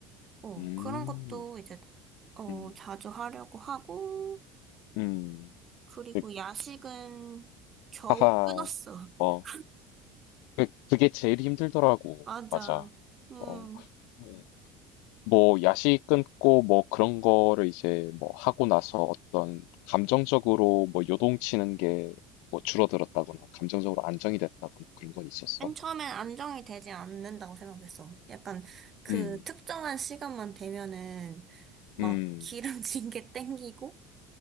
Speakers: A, on the right; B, on the left.
A: 어,
B: 음,
A: 그런 것도 이제, 어,
B: 음,
A: 자주 하려고 하고,
B: 음.
A: 그리고
B: 그,
A: 야식은 겨우
B: 하하,
A: 끊었어. <laughs>
B: 어, 그, 그게 제일 힘들더라고.
A: 맞아.
B: 맞아.
A: 음.
B: 어, 음. 뭐 야식 끊고 뭐 그런 거를 이제 뭐 하고 나서 어떤 감정적으로 뭐 요동치는 게 뭐 줄어들었다거나 감정적으로 안정이 됐다거나 그런 건 있었어?
A: 맨 처음엔 안정이 되지 않는다고 생각했어. 약간 그
B: 음,
A: 특정한 시간만 되면은 막
B: 음,
A: 기름진 <laughs> 게 땡기고,